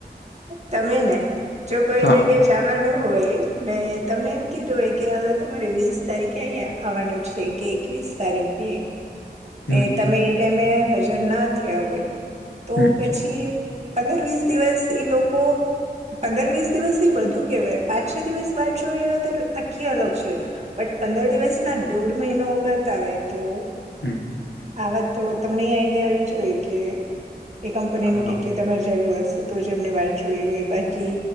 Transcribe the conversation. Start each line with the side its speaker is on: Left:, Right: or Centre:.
Right: તમે ને જો કોઈ
Left: હા
Right: જગ્યા જવાનું હોય ને તમને એમ કીધું હોય કે હવે તમારે વીસ તારીખે અહિયાં આવવાનું છે, કે એકવીસ તારીખે
Left: હમ
Right: એ તમે એ ટાઈમે હજર ના થયા હોય. તો
Left: હમ
Right: પછી પંદર વીસ દિવસ એ લોકો, પંદર વીસ દિવસ એ વધુ કેહેવાય પાંચ - છ દિવસ વાટ જો એવા તો આખી અલગ છે. પણ પંદર દિવસના દોઢ મહિનો કરતા હોય તો
Left: હમ.
Right: આવા તો તમને એ આઈડિયા આવી જોઈએ કે એ કંપની
Left: હા
Right: ને કેટલી તમારી જરૂર હશે. તો જ એમને વાટ જોઈ હોય બાકી